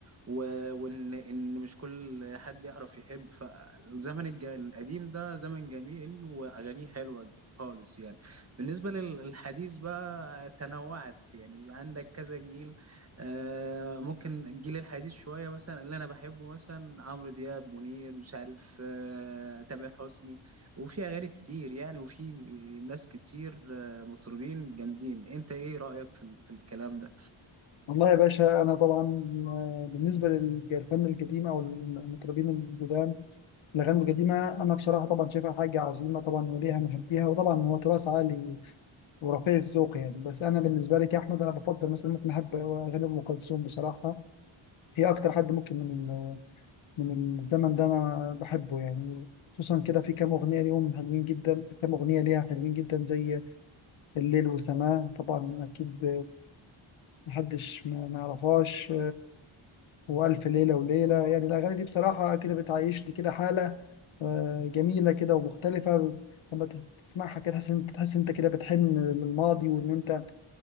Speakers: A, on the right; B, on the left.
A: و- وان ان مش كل حد يعرف يحب فالزمن الج- القديم ده زمن جميل واغانيه حلوه خالص يعني بالنسبه لل- للحديث بقى تنوعت يعني عندك كذا جيل آه، ممكن الجيل الحديث شويه مثلا اللي انا بحبه مثلا عمرو دياب منير مش عارف آه، تامر حسني وفي اغاني كتير يعني وفي ناس كتير آه، مطربين جامدين انت ايه رايك في ال- في الكلام ده
B: والله يا باشا انا طبعا آه، بالنسبة للفن القديم او المطربين القدام الاغاني القديمة انا بصراحة طبعا شايفها حاجة عظيمة طبعا وليها محبيها وطبعا هو تراث عالي ورفيع الذوق يعني بس انا بالنسبه لي كاحمد انا بفضل مثلا ممكن احب اغاني ام كلثوم بصراحه هي اكتر حد ممكن من ال- من الزمن ده انا بحبه يعني خصوصا كده في كام اغنيه ليهم حلوين جدا كام اغنيه ليها حلوين جدا زي الليل وسماه طبعا اكيد محدش ما ما يعرفهاش والف ليله وليله يعني الاغاني دي بصراحه كده بتعيشني كده حاله آه، جميله كده ومختلفه لما تسمعها كده تحس إن- تحس انت كده بتحن للماضي وان انت